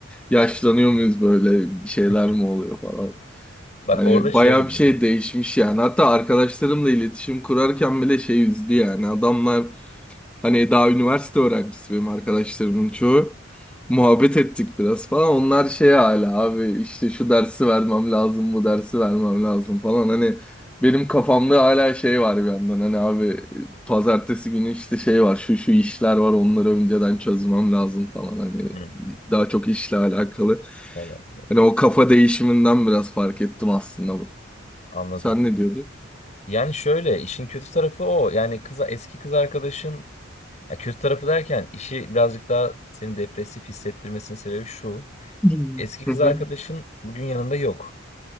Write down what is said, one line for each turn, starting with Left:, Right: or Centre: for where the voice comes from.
Centre: yaşlanıyor muyuz böyle bir şeyler
Left: <laughs>
Centre: mi oluyor falan.
Left: Bak
Centre: Hani
Left: orada şey
Centre: bayağı
Left: oldu.
Centre: bir
Left: benim.
Centre: şey değişmiş yani. Hatta arkadaşlarımla iletişim kurarken bile şey üzdü yani. Adamlar Hani daha üniversite öğrencisi benim arkadaşlarımın çoğu. Muhabbet ettik biraz falan. Onlar şey hala abi işte şu dersi vermem lazım, bu dersi vermem lazım falan. Hani benim kafamda hala şey var bir yandan. Hani abi pazartesi günü işte şey var, şu şu işler var onları önceden çözmem lazım falan. Hani
Left: Hmm.
Centre: daha çok işle alakalı.
Left: Evet,
Centre: Hani o kafa değişiminden biraz fark ettim aslında bu.
Left: anladım.
Centre: Sen ne diyordun?
Left: Yani şöyle işin kötü tarafı o. Yani kız eski kız arkadaşın ya kötü tarafı derken işi birazcık daha seni depresif hissettirmesinin sebebi şu.
Centre: Hmm.
Left: Eski kız
Centre: Hı hı.
Left: arkadaşın bugün yanında yok.